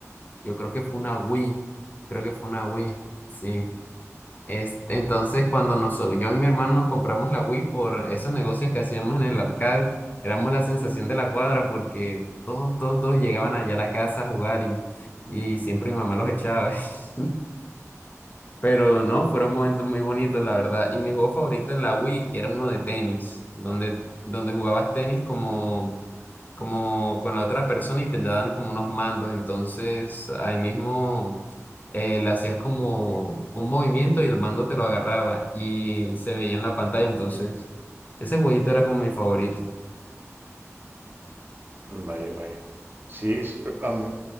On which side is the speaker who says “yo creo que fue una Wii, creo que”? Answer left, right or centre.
Left